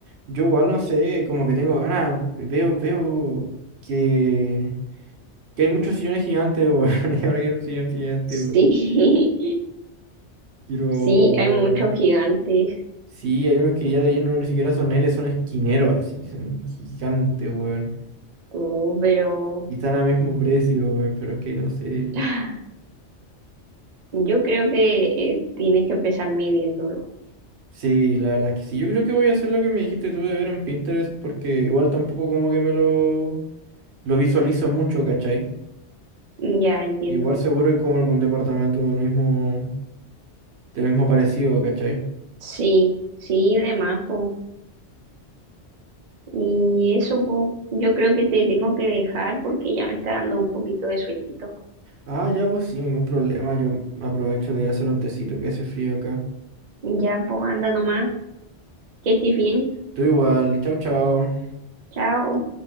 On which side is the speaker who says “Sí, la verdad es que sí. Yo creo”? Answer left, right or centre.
Right